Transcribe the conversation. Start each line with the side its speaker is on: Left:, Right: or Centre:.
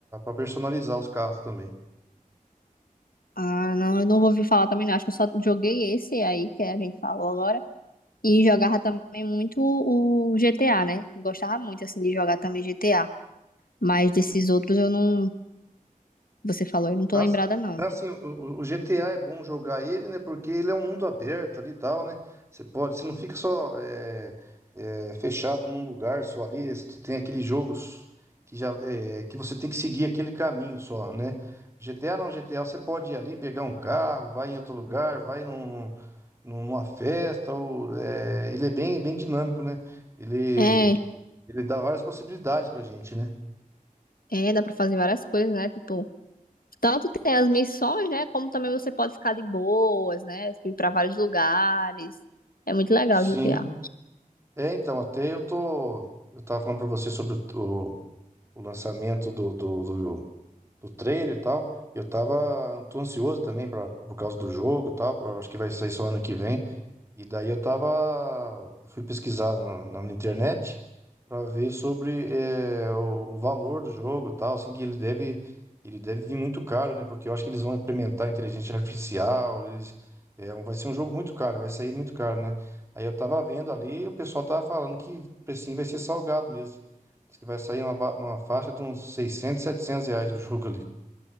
Right: personalizar os carros também.
Left: Ah, não, eu não vou ouvir falar também, não. Acho que eu só joguei esse aí que a gente falou agora. E jogava também muito o GTA, né? Eu Gostava muito, assim, de jogar também GTA. Mas desses outros eu não. Você falou, eu não tô
Right: Nossa,
Left: lembrada, não.
Right: né, assim, o, o- o GTA é bom jogar ele, né? Porque ele é um mundo aberto ali e tal, né? Você pode, você não fica só é, é, fechado num lugar só ali. você Tem aqueles jogos que já é, que você tem que seguir aquele caminho só, né? GTA não, GTA você pode ir ali, pegar um carro, vai em outro lugar, vai num, num- numa festa. Ou, é, ele é bem, bem dinâmico, né? Ele,
Left: É,
Right: ele dá várias possibilidades pra gente, né?
Left: é, dá pra fazer várias coisas, né? Tipo, tanto tem as missões, né? Como também você pode ficar de boas, né? Tipo, Ir pra vários lugares. É muito legal
Right: Sim.
Left: o GTA.
Right: É, então, até eu tô. Eu tava falando pra você sobre o, o- o lançamento do, do, do, do trailer e tal. Eu tava. Tô ansioso também pra, por causa do jogo e tal. pra- acho que vai sair só ano que vem. E daí eu tava, fui pesquisar na, na- na internet para ver sobre eh, o, o valor do jogo, e tal, assim que ele deve, ele deve vir muito caro, né? Porque eu acho que eles vão implementar inteligência artificial, eles, é, vai ser um jogo muito caro, vai sair muito caro, né? Aí eu tava vendo ali, o pessoal tava falando que o precinho vai ser salgado mesmo. Diz que vai sair uma, ba- uma faixa de uns 600 700 reais o jogo ali.